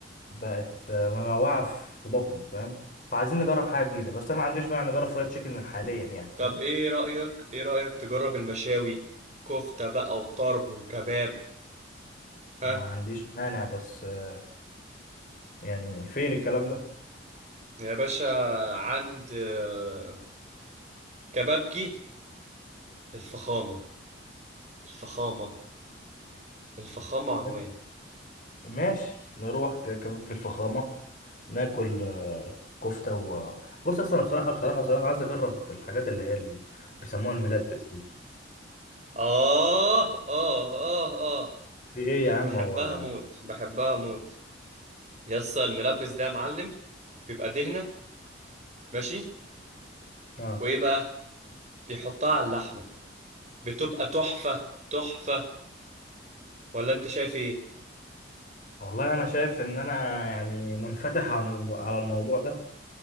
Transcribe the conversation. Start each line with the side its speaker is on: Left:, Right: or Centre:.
Left: بقت منوعة في بطني فاهم فعايزين نجرب حاجة جديدة بس أنا ما عنديش مانع نجرب فرايد تشيكن حاليا يعني
Right: طب
Left: فاهم
Right: ايه رايك ايه رايك تجرب المشاوي كفته بقى وطرب وكباب ها
Left: ما عنديش مانع بس آه، يعني فين الكلام ده
Right: يا باشا عند آه، كبابجي الفخامه الفخامه الفخامه عنوان
Left: ما- ماشي نروح ك- كبابجي الفخامة ناكل آه، كفتة و بص أصل أنا بصراحة بصراحة بصراحة عايز أجرب الحاجات اللي هي اللي بيسموها الملبس دي
Right: اه اه اه اه
Left: في إيه يا عم
Right: بحبها
Left: هو
Right: موت بحبها موت يسا الملبس ده يا معلم بيبقى دهنة ماشي
Left: آه
Right: وايه بقى بيحطها على اللحمة بتبقى تحفة تحفة ولا انت شايف ايه
Left: والله أنا شايف إن أنا يعني منفتح عن الم... على الموضوع ده